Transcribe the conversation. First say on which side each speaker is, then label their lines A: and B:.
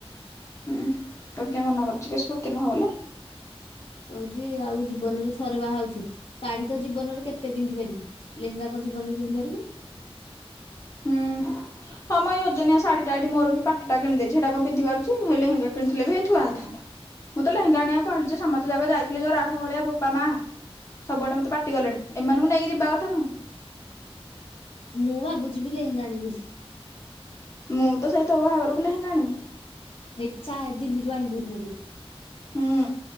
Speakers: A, on the left; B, on the left.
A: ଉଁ ତତେ କିଏ ମନା କରୁଚି କି ସ୍ମୃତି ନୁହଁ ବୋଲି?
B: କହୁଚି ଆଉ ଜୀବନରେ ଥରେ ବାହା ହଉଚୁ ଶାଢ଼ୀ ତ ଜୀବନରେ କେତେ ପିନ୍ଧି ପାରିବୁ। ଲେହେଙ୍ଗା କଁ ଜୀବନରେ ପିନ୍ଧି ପାରିବୁ?
A: ହୁଁ। ହଁ ମ ଏ ଓଜନିଆ ଶାଢୀଟା ଏଟି ମୋର ବି ପାଟଟା କିଣି ଦେଇଚି ହେଟା କଁ ପିନ୍ଧି ପାରୁଚି ହେ ଲେହେଙ୍ଗା କିଣିଥିଲେ ବି ହେଇ ଥୁଆ ହେଇଥାନ୍ତା। ମୁଁ ତ ଲେହେଙ୍ଗା ଆଣିଆ କହିଲି ଯେ ସମତେ ଯାକ ଯାଇଥିଲେ ଯୋଉ ରାଢ ଭଳିଆ ବୋପା ମା। ସବୁଆଡ଼େ ମତେ ପାଟି କଲେଣି ଏମାନୁଙ୍କୁ ନେଇକି ଯିବା କଥା ନୁହଁ।
B: ମୁଁ ଭାବୁଚି ବି ଲେହେଙ୍ଗା ଆଣିବି ବୋଲି।
A: ମୁଁ ତ ସେଇ ତୋ ବାହାଘରକୁ ଲେହେଙ୍ଗା ଆଣିବି।
B: ହେଇ ଚା ଦିଲ୍ଲୀରୁ ଆଣିବୁ ହେରି ମୋ ପାଇଁ।
A: ହୁଁ।